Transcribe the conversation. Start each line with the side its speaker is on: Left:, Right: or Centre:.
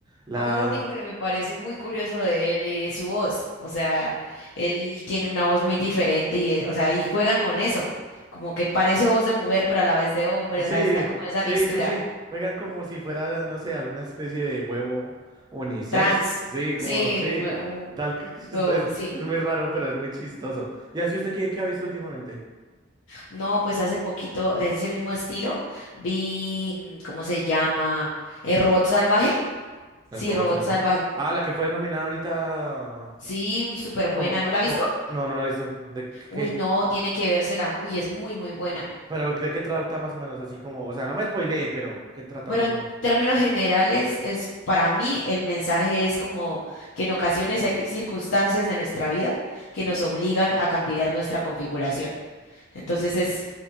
Right: La.
Left: A mí lo único que me parece muy curioso de él es su voz, o sea, él tiene una voz muy diferente y, eh, o sea, y juegan con eso, como que parece voz de mujer, pero a la vez de hombre,
Right: Sí,
Left: o sea, está como en esa
Right: sí,
Left: mixtura,
Right: sí, sí. Juegan como si fuera, no sé, alguna especie de huevo unisex.
Left: trans,
Right: Sí, como,
Left: sí,
Right: sí.
Left: un hue- un
Right: Tal que <laughs> es,
Left: huevo,
Right: es,
Left: sí.
Right: es muy raro, pero es muy chistoso. ¿Y así usted qué, qué ha visto últimamente?
Left: No, pues hace poquito, de ese mismo estilo, vi, mm, ¿cómo se llama? Eh, ¿Robot Salvaje?
Right: El
Left: Sí,
Right: robot
Left: Robot
Right: salvaje.
Left: Salvaje.
Right: Ah, la que fue nominada ahorita.
Left: Sí, uy, súper buena.
Right: ¿Cómo?
Left: ¿No la ha visto?
Right: ¿Cómo? No, no lo he visto. ¿De
Left: Uy,
Right: qué?
Left: no, tiene que vérsela. Uy, es muy, muy buena.
Right: Pero ¿de qué trata más o menos? Así como, o sea, no me spoileé, pero ¿qué trata
Left: Pero
Right: más
Left: en
Right: o menos?
Left: términos generales, es para mí el mensaje es como que en ocasiones hay circunstancias de nuestra vida que nos obligan a cambiar nuestra configuración. Entonces es